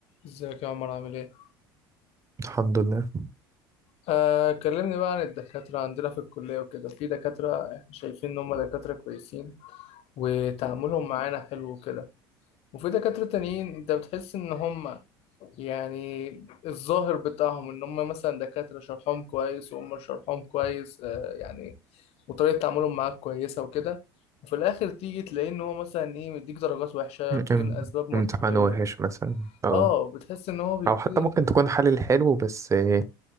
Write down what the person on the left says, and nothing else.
ازيك يا عمر عامل ايه؟
آه كلمني بقى عن الدكاترة عندنا في الكلية وكده في دكاترة احنا شايفين ان هم دكاترة كويسين وتعاملهم معانا حلو وكده وفي دكاترة تانيين انت بتحس ان هم يعني الظاهر بتاعهم ان هم مثلا دكاترة شرحهم كويس وهم شرحهم كويس آه يعني وطريقة تعاملهم معاك كويسة وكده وفي الاخر تيجي تلاقيه ان هو مثلا ايه مديك درجات وحشة بدون
اسباب منطقية
اه بتحس ان هو بيبتدي